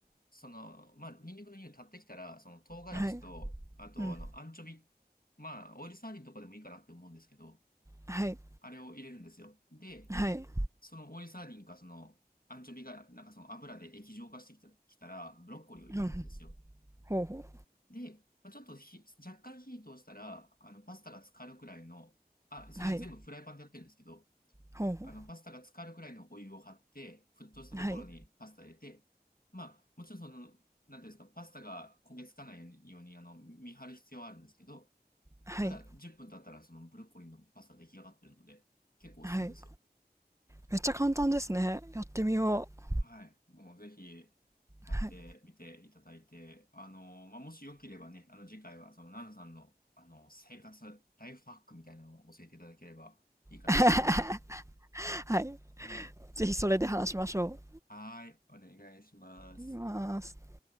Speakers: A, on the left (about 60°); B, on the right (about 15°).
A: その、まあ、ニンニクの匂い立ってきたら、その唐辛子と、
B: はい。
A: あと、
B: うん。
A: あの、アンチョビ、まあ、オイルサーディンとかでもいいかなって思うんですけど、
B: はい。
A: あれを入れるんですよ。で、
B: はい。
A: そのオイルサーディンか、その、アンチョビが、なんかその油で液状化してきた、きたら、ブロッコリーを炒めるんですよ。
B: うん。ほうほ
A: で、まあ、ちょっとひ、若干火通したら、あの、パスタが浸かるくらいの、あ、それ全部フライパンでやってるんですけど、
B: う。はい。ほうほ
A: あの、パスタが浸かるくらいのお湯を張って、沸騰したところにパスタ入れて、
B: う。はい。
A: まあ、もちろんその、なんていうんですか、パスタが焦げつかないように、あの、見張る必要はあるんですけど、
B: はい。
A: ただ、10分経ったら、そのブロッコリーのパスタ出来上がってるので、結構おすすめですよ。
B: はい。めっちゃ簡単ですね。やってみよう。
A: はい。もうぜひ、やってみていただいて、
B: はい
A: あの、まあ、もしよければね、あの、次回は、その、ナナさんの、あの、生活、ライフハックみたいなのを教えていただければいいかなって思うんで。
B: <laughs>。はい。
A: はい。
B: ぜひそれで話しましょ
A: はい。お願いします。
B: う。いきます。